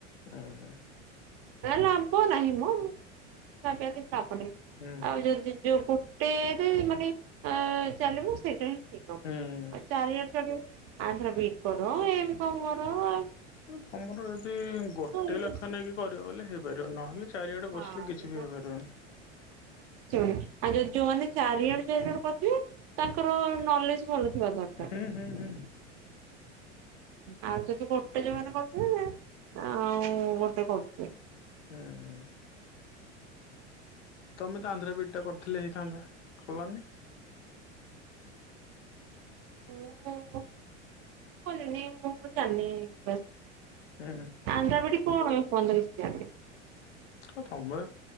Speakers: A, on the left; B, on the right.
A: ହୁଁ ହୁଁ।
B: ଲାଭ ନାହିଁ ମୁଁ ତାପ
A: ହୁଁ
B: ଆଉ ଯଦି ଯୋଉ ଗୋଟେରେ ମାନେ ଅ ଚାଲିବ ସେଇଟା ଠ
A: ହୁଁ
B: ଚାରି ହଜାର <inaudible> ଆଧ୍ର ବିଟ କଡ଼ ଏମି କାମ କରର <inaudible>
A: ତମର ଯଦି ଗୋଟେ
B: ଇଏ
A: ଲକ୍ଷ
B: ସେ
A: ନେଇାଇକି କରିବ ବ ହେଇପାରିବ ନହେଲେ ଚାରିଆଡେ
B: ହଁ
A: ବସିଲେ କିଛି ବି ହେଇପାରିବନି
B: ହ <inaudible> ଯୋଉମାନେ ଚାରି ଜଣ ଚାରି ଜଣ କରିିବେ ତାଙ୍କର ନଲେଜ ଭଲ ଥିବା ଦରକାର
A: ହୁଁ
B: ହେଲା
A: ହୁଁ ହୁଁ
B: ଆଉ ଯଦି ଗୋଟେ ଯୋଉ ମାନ କରିିବେ ହ ଗୋଟେ
A: ହୁଁ। ତମେ ତା ଆନ୍ଧରେ ବିଇଟା କରିଥିଲି ହେଇଥାନ୍ତା କଲାନି।
B: ମୁଁ କଲନି ମୁଁ ଜାଣିନି ବା
A: ହୁଁ।
B: ଆନ୍ଦ୍ରାପଡି କଣ ଆ ଫୋନ ତ କିଛି ଜାଣି
A: ହଁ ତମର